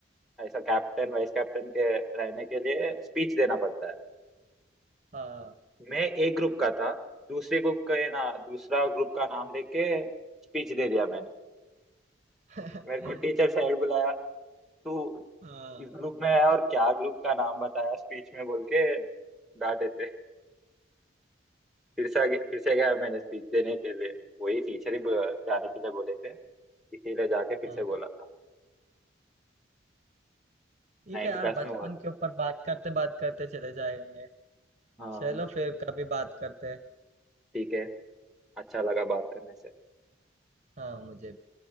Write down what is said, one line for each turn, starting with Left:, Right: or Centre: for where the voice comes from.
Centre: ऐसा कैप्टन वाइस कैप्टन के रहने के लिए स्पीच देना पड़ता है
Right: हाँ
Centre: मैं एक ग्रुप का था दूसरे ग्रुप का ये ना दूसरा ग्रुप का नाम लेके स्पीच दे दिया मैंने
Right: <laughs>
Centre: मेरे को टीचर साइड बुलाया तू किस
Right: हाँ
Centre: ग्रुप में है और क्या ग्रुप का नाम बताया स्पीच में बोल के डांटे थे फिर से आगे- फिर से गया मैंने स्पीच देने के लिए वही टीचर ही बुला- जाने के लिए बोले थे इसीलिए जाके फिर
Right: हाँ
Centre: से बोला था
Right: ठीक
Centre: नाइन्थ
Right: है यार
Centre: क्लास
Right: बचपन
Centre: में हुआ था
Right: के ऊपर बात करते बात करते चले जाएंगे
Centre: हाँ
Right: चलो फिर कभी बात करते हैं
Centre: ठीक है अच्छा लगा बात करने से
Right: हाँ मुझे भी